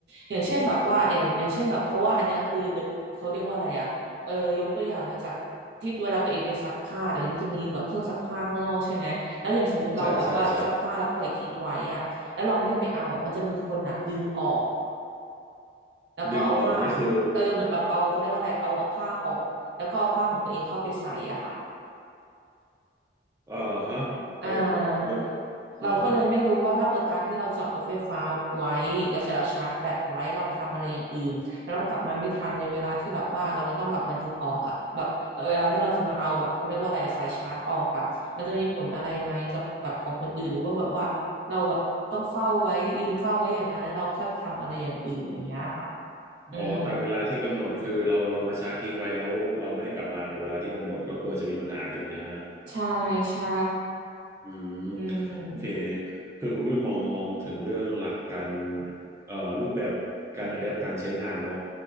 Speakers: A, on the right (about 70°); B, on the right (about 15°).
A: อย่างเช่นแบบว่าอย่างอย่างเช่นแบบเพราะว่าอันเนี้ยคือเดอะเขาเรียกว่าอะไรอะเออยกตัวอย่างมาจากที่เวลาตัวเองไปซักผ้าเดี๋ยวนี้มันจะมีแบบเครื่องซักผ้าข้างนอกใช่ไหมแล้วอย่างสมมติเราแบบว่าซักผ้าแล้วปล่อยทิ้งไว้อะแล้วเราไม่ได้ไปเอาอะมันจะมีคนน่ะดึงออก
B: อืมใช่ใช่ใช่
A: แล้วก็เอาผ้า
B: ดึงออกนี่คือ
A: เออเหมือนแบบเอาเขาเรียกว่าอะไรเอาเอาผ้าออกแล้วก็เอาผ้าของตัวเองเข้าไปใส่อะค่ะ
B: อ่าฮะแล้วแล้ว
A: อ่า
B: อ่าฮะ
A: เราก็เลยไม่รู้ว่าถ้าเปิดการที่เราจอดรถไฟฟ้าไว้แล้วเสร็จเราชาร์จแบตไว้เราไปทำอะไรอย่างอื่นแล้วเรากลับมาไม่ทันในเวลาที่แบบว่าเราจะต้องแบบมาดึงออกอะแบบเวลาที่เราจะมาเอาแบบเขาเรียกว่าอะไรอะสายชาร์จออกอะมันจะมีผลอะไรไหมกับแบบของคนอื่นหรือว่าแบบว่าเราแบบต้องเฝ้าไว้ยืนเฝ้าไว้อย่างนั้นแล้วเราค่อยไปทำอะไรอย่างอื่นอย่างเงี้ยค่ะอืม
B: อ๋อตามเวลาที่กำหนดคือเราเรามาชาร์จทิ้งไว้แล้วเราไม่ได้กลับมาในเวลาที่กำหนดก็กลัวจะมีปัญหาถูกไหมฮะ
A: ใช่ใช่
B: อืม
A: อืม
B: โอเคคือคุณด้วยมองมองถึงเรื่องหลักการเอ่อรูปแบบการอะแดปการใช้งานเนาะ